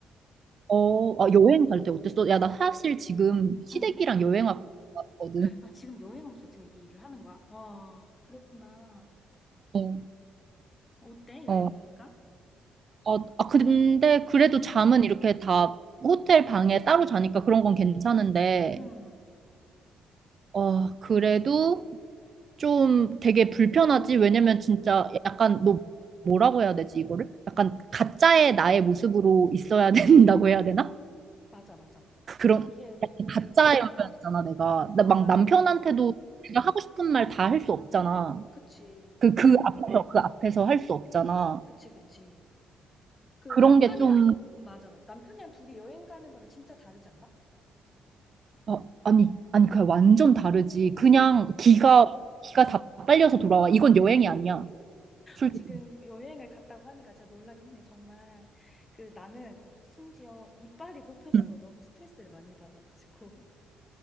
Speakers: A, on the right; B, on the left.
A: 어, 아, 여행 갈 때 어땠어? 야, 나 사실 지금 시댁이랑
B: 응.
A: 여행 왔- 왔거든.
B: 아, 지금 여행 오면서 지금 이게 일을 하는 거야? 와, 그랬구나.
A: 어,
B: 어때?
A: 어.
B: 여행 오니까?
A: 아, 아, 근데 그래도 잠은 이렇게 다 호텔 방에 따로 자니까 그런 건 괜찮은데,
B: 응,
A: 어, 그래도 좀 되게 불편하지? 왜냐면 진짜 약간 너 뭐라고 해야 되지, 이거를? 약간 가짜의 나의 모습으로 있어야 <laughs> 된다고 해야 되나?
B: 맞아, 맞아.
A: 그런
B: 이게,
A: 약간 가짜여야잖아 내가 나 막
B: 맞아.
A: 남편한테도 내가 하고 싶은 말 다 할 수 없잖아
B: 그치,
A: 그 그 앞에서 그 앞에서 할 수 없잖아
B: 그치, 그치. 그
A: 그런
B: 남편이랑,
A: 게좀
B: 맞아, 맞아. 남편이랑 둘이 여행 가는 거랑 진짜 다르지 않아?
A: 어, 아니 아니 그냥 완전 다르지 그냥
B: 응.
A: 기가 기가 다 빨려서 돌아와 이건 여행이 아니야 솔직히
B: 어, 지금 여행을 갔다고 하니까 진짜 놀라긴 했데 정말, 그 나는 심지어 이빨이 뽑혔어.
A: 음,
B: 너무 스트레스를 많이 받아가지고.